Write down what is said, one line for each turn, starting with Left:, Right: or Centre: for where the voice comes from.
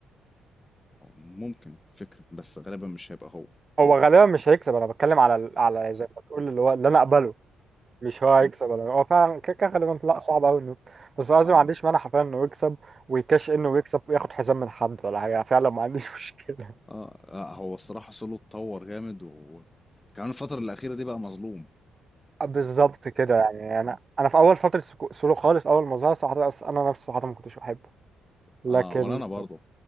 Left: ممكن فكرة بس غالبا مش هيبقى هو
Right: هو غالبا مش هيكسب انا بتكلم على ال- على زي ما تقول اللي هو اللي انا اقبله مش هو هيكسب انا هو فعلا كده كده غالبا لا صعب قوي انه بس قصدي ما عنديش مانع حرفيا انه يكسب ويكاش انه يكسب وياخد حزام من حد ولا حاجه فعلا ما عنديش <laughs> مشكله
Left: اه لا هو الصراحة سولو اتطور جامد وكمان الفترة الأخيرة دي بقى مظلوم
Right: بالظبط كده يعني انا انا في اول فتره سكو- سولو خالص اول ما ظهر صراحه أص- انا نفسي صراحه ما كنتش بحبه لكن
Left: اه ولا أنا برضه